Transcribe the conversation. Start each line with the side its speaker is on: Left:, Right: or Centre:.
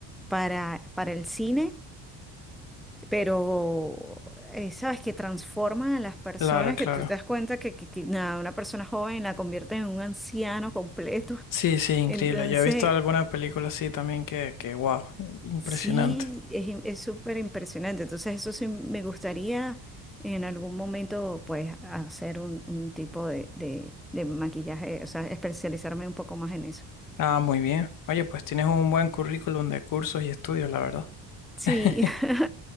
Centre: para, para el cine, pero, eh, ¿sabes? Que transforman a las personas,
Left: Claro, claro.
Centre: que tú te das cuenta que, que que, nada, una persona joven la convierte en un anciano completo.
Left: Sí, sí, increíble.
Centre: Entonces,
Left: Yo he visto alguna película así también que, que, wow, impresionante.
Centre: Sí, es, im- es súper impresionante. Entonces, eso sí me gustaría en algún momento, pues, hacer un, un tipo de, de- de maquillaje, o sea, especializarme un poco más en eso.
Left: Ah, muy bien. Oye, pues tienes un buen currículum de cursos y estudios, la verdad.
Centre: Sí,
Left: <laughs>
Centre: <laughs>